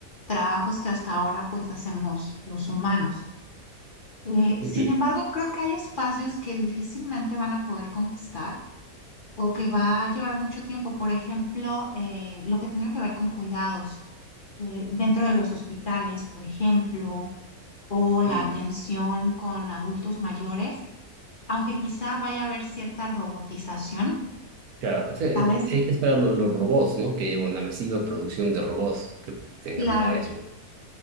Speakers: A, on the left; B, on the right.
A: trabajos que hasta ahora pues hacemos los humanos. Eh,
B: ujú,
A: sin embargo, creo que hay espacios que difícilmente van a poder conquistar o que va a llevar mucho tiempo. Por ejemplo, eh, lo que tenga que ver con cuidados eh, dentro de los hospitales, por ejemplo, o la
B: mm.
A: atención con adultos mayores, aunque quizá vaya a haber cierta robotización
B: Claro, o sea, eh,
A: ¿Sabes?
B: te- hay que esperar lo- los robots, ¿no? Que lleven una masiva producción de robots que tengan
A: Claro,
B: varias.